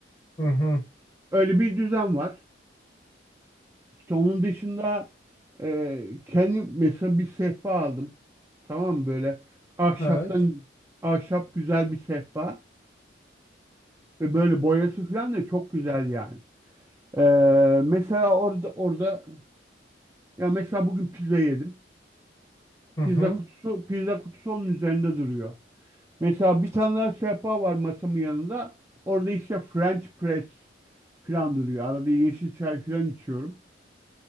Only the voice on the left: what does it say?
hı hı,
evet.
Hı
hı.